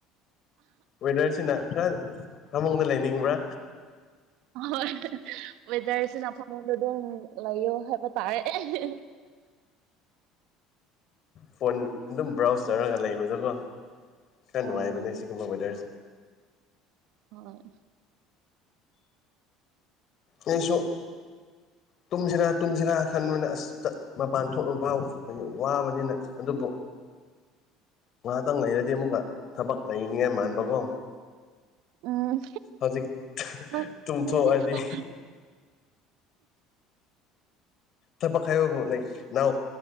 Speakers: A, on the left; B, on the right.
A: ꯋꯦꯗꯔꯁꯤꯅ ꯈꯔ ꯐꯃꯨꯡꯗ ꯂꯩꯅꯤꯡꯕ꯭ꯔꯥ
B: ꯑꯣꯏ ꯋꯦꯗꯔꯁꯤꯅ ꯐꯃꯨꯡꯗ ꯑꯗꯨꯝ ꯂꯩꯌꯣ ꯍꯥꯏꯕ ꯇꯥꯏꯌꯦ
A: ꯐꯣꯟ ꯑꯗꯨꯝ ꯕ꯭ꯔꯥꯎꯖ ꯇꯧꯔꯒ ꯂꯩꯕꯗꯨꯀꯣ ꯈꯔ ꯅꯨꯡꯉꯥꯏꯕꯅꯦ
B: ꯑꯥ
A: ꯁꯤꯒꯨꯝꯕ ꯋꯦꯗꯔꯁꯦ
B: ꯍꯣꯏ
A: ꯑꯩꯁꯨ ꯇꯨꯝꯁꯤꯔꯥ ꯇꯨꯝꯁꯤꯔꯥ ꯈꯟꯕꯅ ꯑꯁ ꯃꯄꯥꯟ ꯊꯣꯛꯂꯒ ꯋꯥꯕꯅꯤꯅ ꯑꯗꯨꯕꯨ ꯉꯥꯏꯍꯥꯛꯇꯪ ꯂꯩꯔꯗꯤ ꯑꯃꯨꯛꯀ ꯊꯕꯛ ꯂꯩꯅꯤꯉꯥꯏ ꯃꯥꯟꯕꯀꯣ
B: ꯎꯝ
A: ꯍꯧꯖꯤꯛ
B: ꯗꯣ
A: ꯇꯨꯝꯊꯣꯛꯑꯗꯤ
B: ꯅꯣꯢꯗꯤ ꯊꯕꯛ
A: ꯊꯕꯛ ꯍꯥꯏꯕꯕꯨ ꯂꯩ ꯅꯥꯎ